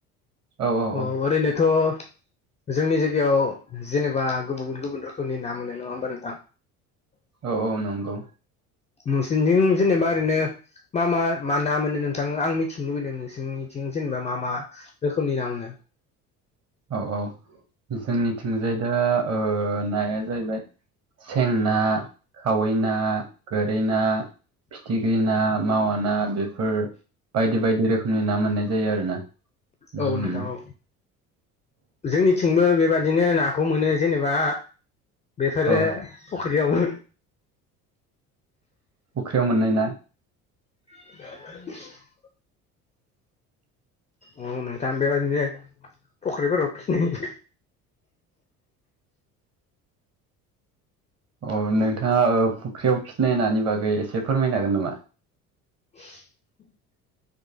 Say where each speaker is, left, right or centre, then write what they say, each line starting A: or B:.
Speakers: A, on the right (about 35°); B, on the left (about 15°).
A: औ औ
B: अ
A: औ
B: ओरैनोथ' जोंनि जायगायाव जेनेबा गुबुन गुबुन रोखोमनि ना मोनो नङा होमबा नोंथां
A: औ औ नंगौ
B: नोंसिनिथिं जेनेबा ओरैनो मा मा मा ना मोनो नोंथां आं मिथिनो लुबैदों नोंसोरनि थिं जेनेबा मा मा रोखोमनि ना मोनो
A: औ औ जोंनिथिंजाय दा नाया जाहैबाय सें ना खावै ना गोरै ना फिथिख्रि ना मावा ना बेफोर बायदि बायदि रोखोम रोखोमनि ना मोननाय जायो आरो ना
B: औ
A: ओ
B: नोंथां औ जोंनिथिंबो बेबादिनो नाखौ मोनो जेनेबा बेफोरो
A: औ
B: फख्रियावबो
A: फख्रियाव मोननाय ना
B: <inaudible> औ नोंथां बेबायदिनो फख्रिफोराव फिनि
A: अ नोंथाङा फुख्रियाव फिनाय नानि बागै एसे फोरमायनो हागोन नामा
B: <inaudible>